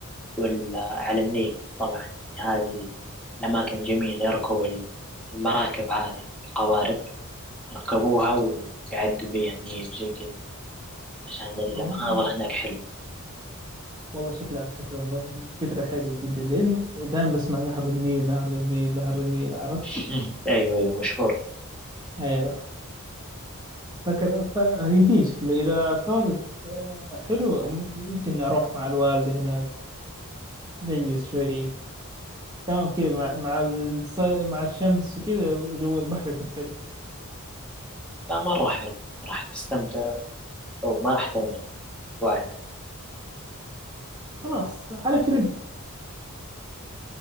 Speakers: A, in the centre; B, on the right.
A: ولا على النيل طبعا يعني هذه ال- الأماكن جميلة يركب ال- المراكب هذه القوارب يركبوها ويعدوا بيها النيل زي كذا عشان المناظر
B: أوه
A: هناك حلوة
B: والله شكلها شكلها م- فكرة حلوة جدا لأنه دائما بسمع نهر النيل نهر النيل نهر النيل عرفت؟
A: <laughs> أيوه أيوه مشهور
B: أيوه فكر فيمديني شكله إذا قارب آه، حلو م- ممكن أروح مع الوالدة هناك نجلس شوي كمان كذا مع مع الصي... مع الشمس وكذا وجو البحر يكون حلو
A: لا مرة حلو راح تستمتع وما راح تندم وعد
B: خلاص على كلمة